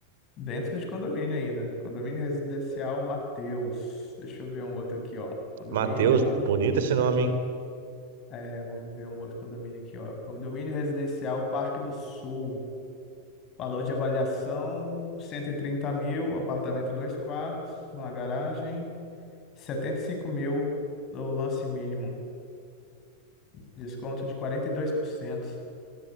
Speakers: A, on the left; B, on the right.
A: Dentro de condomínio ainda. Condomínio residencial Mateus. Deixa eu ver um outro aqui, ó. Condomínio
B: Matheus, bonito esse nome, hein?
A: É, vamos ver um outro condomínio aqui, ó. Condomínio residencial Parque do Sul. Valor de avaliação: 130 mil, apartamento dois quartos, uma garagem, 75 mil do lance mínimo, desconto de 42%.